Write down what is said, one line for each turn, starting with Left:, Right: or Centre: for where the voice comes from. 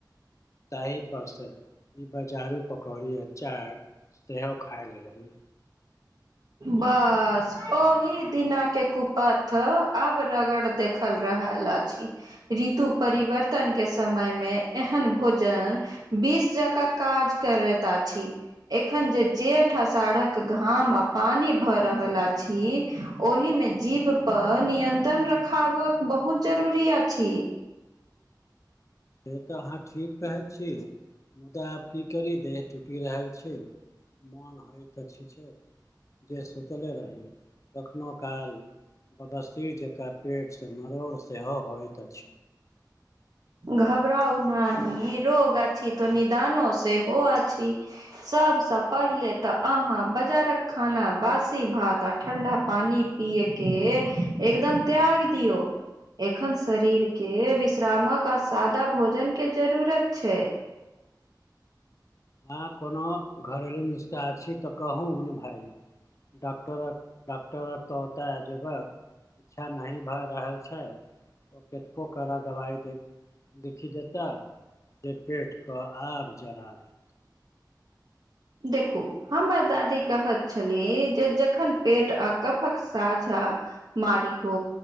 Left: तहि पर से ई बजारू पकौड़ी आ चाट सेहो खाय लेलहुं।
Right: बस ओहि दिना के कुपथ अब रगड़ देख ल रहल अछि ऋतु परिवर्तन के समय मे एहन भोजन बीस जकाँ काज करैत आछि। एखन जे जेठ असाढ़कऽ घाम पानी भऽ रहल अछि, ओहि मे जीभ पर नियंत्रण रखावक बहुत जरूरी अछि।
Left: से तऽ अहाँ ठीक कहैत छी। मुदा आब की करी देह टूटि रहल छैय मन होयत अछि जे जे सुतले रही कखनहुॅं काल बाबा सिर जकाँ पेटसँ मरोड़ सेहो होइत अछि।
Right: घबराउ नहि रोग अछि तऽ निदानो सेहो अछि। सभसँ पहिले तऽ अहाँ बाजारक खाना, बासी भात आ ठण्ढा पानि पियएके एकदम त्यागि दियऔ। एखन शरीर के विश्रामक आ सादा भोजन के जरूरत छैय।
Left: अहाॅं कोनो घरेलू नुस्खा अछि तऽ कहू ने भाय। डॉक्टरक, डाक्टरक तऽ ओतऽ जेबै। इच्छा नही भए रहल छैय ओ कैतको करऽ दबाइ दय के लिखि देता जे पेट कऽ आर जरा देत।
Right: देखू हमर दादी कहैत छलीह जे जखन पेट आ कफक सााँझा मारी हो